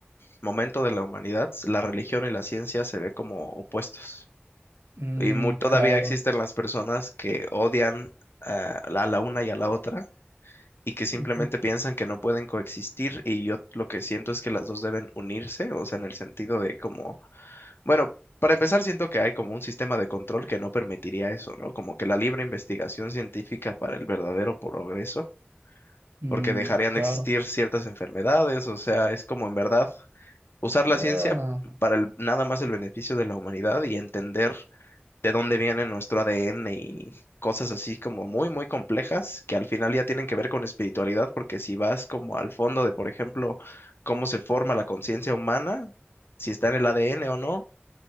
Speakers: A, on the left; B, on the right.
A: momento de la humanidad, la religión y la ciencia se ve como opuestos.
B: Mm,
A: Y mu- todavía
B: claro.
A: existen las personas que odian ah, a la una y a la otra y que simplemente
B: Ujú.
A: piensan que no pueden coexistir. Y yo lo que siento es que las dos deben unirse, o sea, en el sentido de como, bueno, para empezar, siento que hay como un sistema de control que no permitiría eso, ¿no? Como que la libre investigación científica para el verdadero progreso,
B: Mm,
A: porque dejarían
B: claro.
A: de existir ciertas enfermedades, o sea, es como en verdad usar la
B: Ah,
A: ciencia para el- nada más el beneficio de la humanidad y entender de dónde viene nuestro ADN y cosas así como muy, muy complejas que al final ya tienen que ver con espiritualidad, porque si vas como al fondo de, por ejemplo, cómo se forma la conciencia humana, si está en el ADN o no,